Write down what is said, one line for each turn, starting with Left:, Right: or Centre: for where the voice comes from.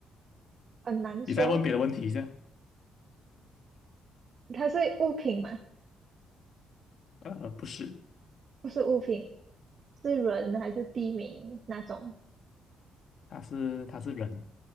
Right: 很难说。
Left: 你再问别的问题一下，
Right: 它是物品嘛？
Left: 呃，不是，
Right: 不是物品，是人还是地名那种？
Left: 他是他是人，